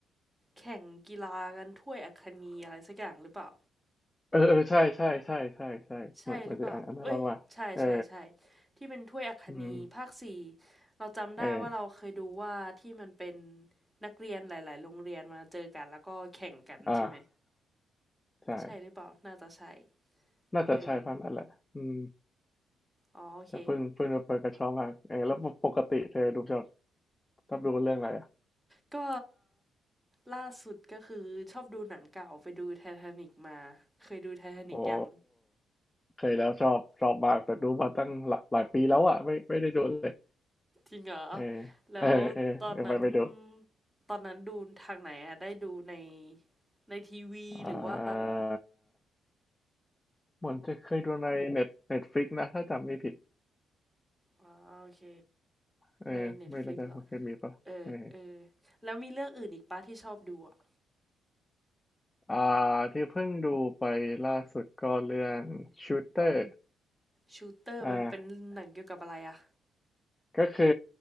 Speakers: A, in the centre; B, on the left (about 20°).
A: แข่งกีฬากันถ้วยอัคนีอะไรสักอย่างหรือเปล่า
B: เออเออใช่ใช่ใช่ใช่ใช่เหมือนมันจะอ่านอันนั้นว่าว่าเออ
A: ใช่หรือเปล่าเอ้ยใช่ใช่ใช่ ที่เป็นถ้วยอัคนีภาคสี่
B: อืม
A: เราจำได้ว่าเราเคยดูว่าที่มันเป็น
B: เออ
A: นักเรียนหลายๆโรงเรียนมาเจอกันแล้วก็แข่งกันใช่ไหม
B: อ่าใช่
A: ใช่หรือเปล่าน่าจะใช่
B: น่าจะใช่พันนั่นแหละอืม
A: เอออ๋อโอเค
B: แต่เพิ่งเพิ่งมาเปิดกระชอบมากเออแล้วปกติเธอดูชอบชอบดูเรื่องอะไรอ่ะ
A: ก็ล่าสุดก็คือชอบดูหนังเก่าไปดูไททานิกมา เคยดูไททานิกยัง
B: โอ้เคยแล้วชอบชอบมากแต่ดูมาตั้งหลายหลายปีแล้วอ่ะไม่ไม่ได้ดูเลย
A: จริงเหรอ
B: เออเออเออเดี๋ยวไปไปดู
A: แล้วตอนนั้นตอนนั้นดูทางไหนอะได้ดูในในทีวีหรือว่า
B: อ่าเหมือนจะเคยดูในเน็ตเน็ตฟลิกนะถ้าจำไม่ผิด
A: อ๋อโอเค
B: เออไม่แน่ใจมันเคยมีปะเออ
A: ในเน็ตฟลิกเหรอ เออ เออ แล้วมีเรื่องอื่นอีกปะที่ชอบดูอะ
B: อ่าที่เพิ่งดูไปล่าสุดก็เรื่อง Shooter
A: ชูเตอร์มันเป็นหนังเกี่ยวกับอะไรอะ
B: อ่าก็คือ